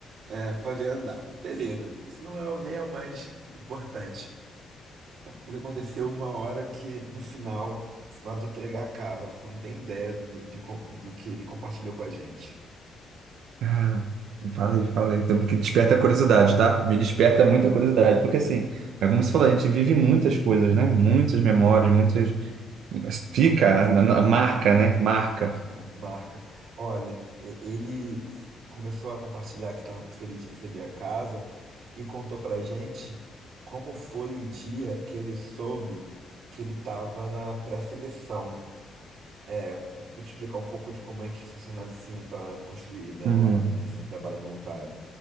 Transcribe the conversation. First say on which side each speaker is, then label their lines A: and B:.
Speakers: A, on the right; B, on the right.
A: é, fazer andar. Beleza, isso não é, o- nem é o mais importante. O que aconteceu uma hora que, no final, na hora de entregar a cara, você não tem ideia do, de co- do que ele compartilhou com a gente.
B: Cara, fala aí, fala aí. Então, Porque desperta a curiosidade, tá? Me desperta muita curiosidade. Porque, assim, é como você falou, a gente vive muitas coisas, né? Muitas memórias, muitas. Mas Fica,
A: Aham,
B: na- na- marca, né? Marca.
A: marca, marca. Olha, e- ele f- começou a compartilhar que estava feliz de receber a casa e contou pra gente como foi o dia que ele soube que ele estava na pré-seleção. É, vou te explicar um pouco de como é que funciona assim para construir, né,
B: Uhum.
A: lá nesse trabalho voluntário.